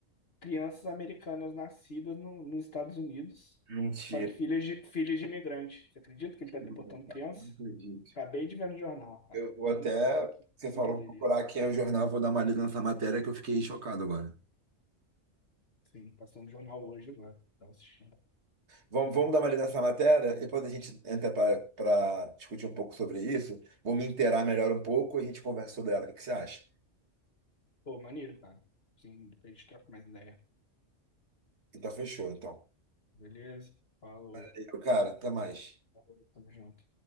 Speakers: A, on the left; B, on the right.
A: crianças americanas nascidas no- nos Estados Unidos,
B: Mentira.
A: só que filhas de, filhas de imigrante. Você acredita que ele está
B: Não,
A: deportando
B: cara,
A: criança?
B: não acredito.
A: Acabei de ver no jornal, cara.
B: Eu vou até.
A: Muito,
B: Você
A: muita
B: falou,
A: doideira.
B: vou procurar aqui no jornal, vou dar uma lida nessa matéria que eu fiquei chocado agora.
A: Sim, passou no jornal hoje agora. Tava assistindo.
B: Vamos, vamos dar uma lida nessa matéria, depois a gente entra para discutir um pouco sobre isso. Vou me inteirar melhor um pouco e a gente conversa sobre ela. O que que você acha?
A: Pô, maneiro, cara. Sim, depois a gente troca mais ideia.
B: Então, fechou, então.
A: Beleza? Falou.
B: Valeu, Cara, até mais.
A: Falou, tamo junto.